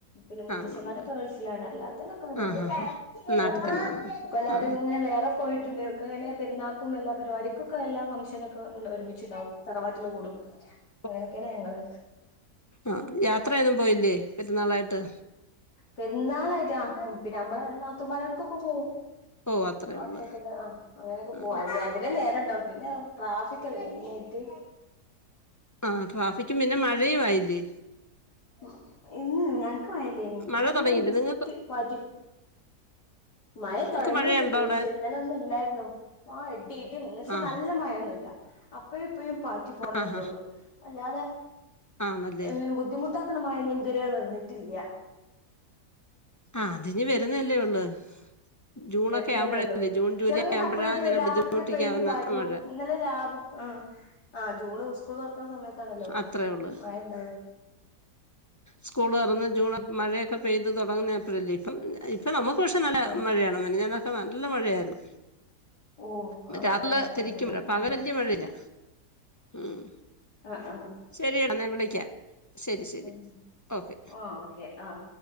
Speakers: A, on the left; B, on the left.
A: പിന്നെ മൂത്തഛമാരൊക്കെ
B: ആ ഉണ്ട്
A: ഗൾഫിലാണ് അല്ലാ ത്തോരൊക്ക ഇവിടണ്ട്
B: ആ ഹാ ഹാ
A: ഇവടണ്ട്
B: നാട്ടിൽ തന്നെയാണ്
A: ഇപ്പെല്ലാരും
B: ആ
A: ഇങ്ങനെ വേറെ പോയിട്ട്ണ്ട് ഒക്കങ്ങനെ പെര്ന്നാക്കും എല്ലാ പരിപാടിക്കൊക്കെ എല്ലാ ഫങ്ഷനൊക്കെ ഒരുമിച്ച്ണ്ടാകും തറവാട്ടിൽ കൂടും
B: <inaudible>
A: അങ്ങനൊക്കേണ് ഞങ്ങള്
B: ആഹ് യാത്രയൊന്നും പോയില്ലേ പെര്ന്നാളായിട്ട്
A: പെര്ന്നാളായിട്ട് അഹ് പിന്ന നമ്മളെ നാത്തൂമാരോട്ക്കൊക്കെ പോകും
B: ഓ അത്രേ
A: അതൊക്കെ
B: ഉള്ളൂ
A: ത ആഹ് അങ്ങനൊക്കെ
B: ആ
A: പോവും അതിനെ അതിനേ നേരണ്ടാവും പിന്നെ ട്രാഫിക്കല്ലെ മെയ്നായിട്ട്
B: ആഹ് ട്രാഫിക്കും പിന്നെ മഴയും ആയില്ലേ
A: ഉം ഉം ഞങ്ങക്ക് മഴ ഇല്ലേനി
B: മഴ
A: ചെറ്ങ്ങനെ
B: തുടങ്ങിയില്ലേ
A: ജസ്റ്റ്
B: നിങ്ങൾക്ക്
A: പാറ്റി മഴ തുടങ്ങീട്ട്ണ്ട്
B: നിങ്ങക്ക് മഴയുണ്ടോ അവിടെ
A: പക്ഷേ ഇന്നലൊന്നുല്ലായിര്ന്നു ആഹ് ഇടി ഇടി ന്ന് വെച്ച്
B: ആ
A: നല്ല മഴൊന്നൂല്ല അപ്പയും ഇപ്പയും പാറ്റി പോണൊര്തൊള്ളു
B: ആ ഹാ
A: അല്ലാതെ
B: ആണല്ലേ
A: ഇങ്ങനെ ബുദ്ധിമുട്ടാക്ക്ണ മഴയൊന്നും ഇത് വരേ വന്ന്ട്ടില്ല്യ
B: ആ അതിനി വരുന്നല്ലേ ഉള്ളൂ ജൂണൊക്കെ
A: വര്ന്നല്ലെള്ളൂ
B: ആവുമ്പോഴല്ലേ ജൂൺ ജൂലൈ
A: ചെറ്ങ്ങനെ
B: ആവുമ്പോഴാ
A: അപ്പയും ഇപ്പയും
B: ഇങ്ങനെ
A: രാത്രി
B: ബുദ്ധിമുട്ടിക്കാവുന്ന
A: പ്പേങ്കിലും പാറ്റും
B: മഴ
A: ഇന്നലെ രാവ് ആഹ് ആഹ് ജൂണ് സ്കൂള് തൊറക്ക്ണ സമയത്താണല്ലോ
B: അത്രേ ഉള്ളൂ
A: മഴണ്ടാവ
B: സ്കൂള് തൊറന്ന് ജൂണ് മഴയൊക്കെ പെയ്ത് തുടങ്ങ്ന്നെ അപ്പഴല്ലെ ഇപ്പം ഇപ്പൊ നമുക്ക് പക്ഷെ നല്ല
A: ആഹ്
B: മഴയാണ് മിനിഞ്ഞാന്നൊക്കെ നല്ല മഴയാര്ന്ന്
A: ഓഹ്
B: മറ്റെ
A: ആ ഭാഗത്ത്ക്ക്
B: രാത്രികളില്
A: നല്ല മഴയാണല്ലേ
B: ശരിക്കും പകല്
A: ഉം
B: വല്ല്യ മഴല്ല്യ ഉം
A: ആഹ് ആഹ്
B: ശരിയെന്ന വിളിക്ക ശരി ശരി
A: ആഹ്
B: ഓക്കെ
A: ഓക്കെ ആഹ്